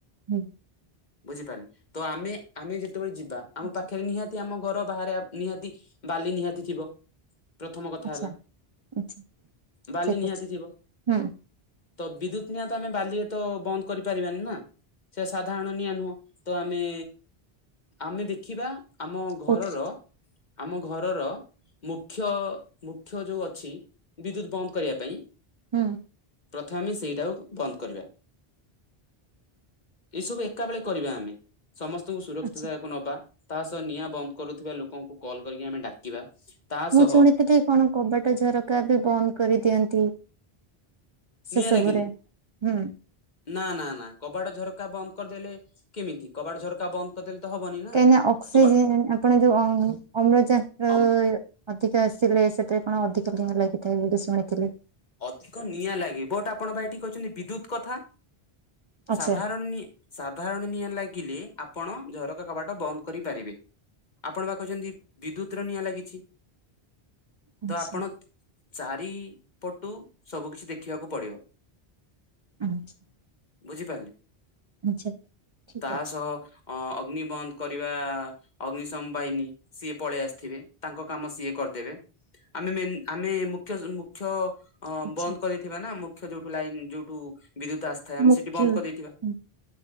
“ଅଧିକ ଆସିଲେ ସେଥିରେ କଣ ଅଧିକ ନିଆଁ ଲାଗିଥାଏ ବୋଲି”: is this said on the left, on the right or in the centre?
Right